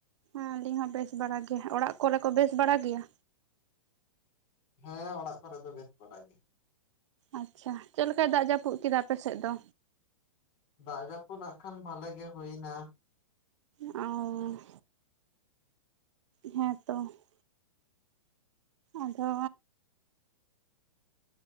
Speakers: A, on the right; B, on the left.
A: ᱦᱮᱸ ᱟᱹᱞᱤᱧ ᱦᱚᱸ ᱵᱮᱥ ᱵᱟᱲᱟ ᱜᱮᱭᱟ ᱾ ᱚᱲᱟᱜ ᱠᱚᱨᱮ ᱠᱚ ᱵᱮᱥ ᱵᱟᱲᱟ ᱜᱮᱭᱟ?
B: ᱦᱮᱸ ᱚᱲᱟᱜ ᱠᱚᱨᱮ ᱫᱚ ᱵᱮᱥ ᱵᱟᱲᱟ ᱜᱮ᱾
A: ᱟᱪᱪᱷᱟ, ᱪᱮᱫ ᱞᱮᱠᱟᱭ ᱫᱟᱜ ᱡᱟᱹᱯᱩᱫ ᱠᱮᱫᱟ ᱟᱯᱮᱥᱮᱫ ᱫᱚ?
B: ᱫᱟᱜ ᱡᱟᱹᱯᱩᱫ ᱱᱟᱜ ᱠᱷᱟᱱ ᱵᱷᱟᱞᱮ ᱜᱮ ᱦᱩᱭ ᱱᱟ᱾
A: ᱚᱸᱻ, ᱦᱮᱸ ᱛᱚ ᱾ ᱟᱫᱚ